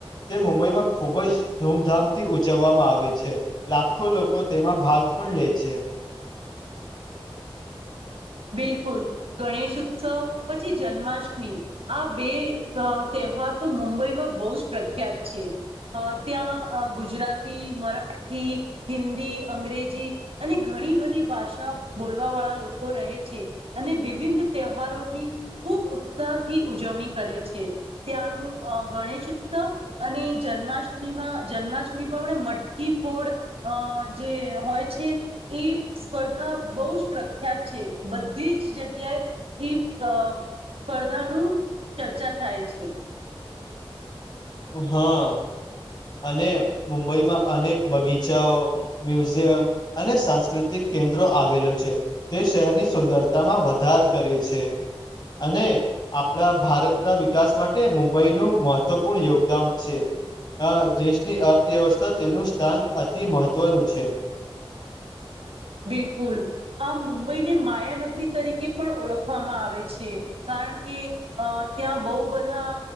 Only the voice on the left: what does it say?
તે મુંબઈમાં ખુબ જ ધૂમધામથી ઉજવવામાં આવે છે લાખો લોકો તેમાં ભાગ પણ લે છે
હા અને મુંબઈમાં અનેક બગીચાઓ મ્યુઝિયમ અને સાંસ્કૃતિક કેન્દ્રો આવેલો છે તે શહેરની સુંદરતામાં વધાર કરે છે અને આપણા ભારતના વિકાસ માટે મુંબઈનું મહત્વ પૂર્ણ યોગદાન છે. અ દેશની અર્થવ્યવસ્થા તેનું સ્થાન અતિ મહત્વનું છે.